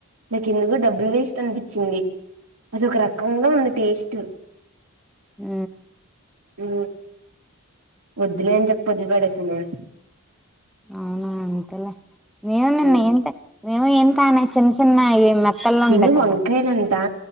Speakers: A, on the right; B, in the centre.
A: నాకేందుకు డబ్బులు వేస్ట్ అనిపించింది అదొక రకంగా ఉంది టేస్ట్
B: అ
A: అ వద్లేం అని చెప్ప వదిలి పడిసెనే
B: అవునా అంతేలే నేను నిన్న
A: ఉమ్
B: ఏంత మేము ఏం కానీ చిన్న చిన్న ఇవి మెత్తల్లో ఉంటాయి
A: ఏమి వంకాయలు
B: కదా
A: అంతా